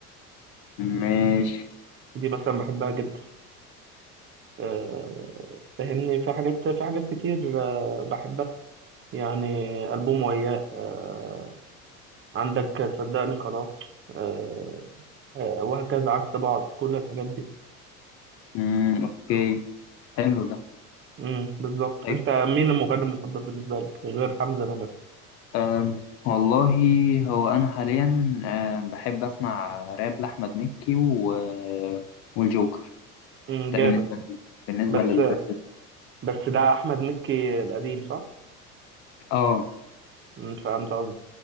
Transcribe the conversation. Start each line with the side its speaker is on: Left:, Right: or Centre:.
Left: ماشي
Right: دي مثلا بحبها جدا آه، فاهمني في حاجات في حاجات كتير آه، بحبها يعني ألبوم وياه آه، عندك صدقني خلاص آه، آه، وهكذا عكس بعض كل الحاجات دي
Left: مم. اوكي حلو ده
Right: امم بالظبط
Left: طيب
Right: انت مين المغني المفضل بالنسبه لك غير حمزة نمرة
Left: آم، والله هو انا حاليا آم، بحب اسمع راب لاحمد مكي و... آه، والجوكر
Right: امم
Left: ده
Right: جامد
Left: بالنسبه لي بالنسبه
Right: بس
Left: للراب
Right: بس ده احمد مكي القديم صح
Left: اه
Right: امم فهمت قصدي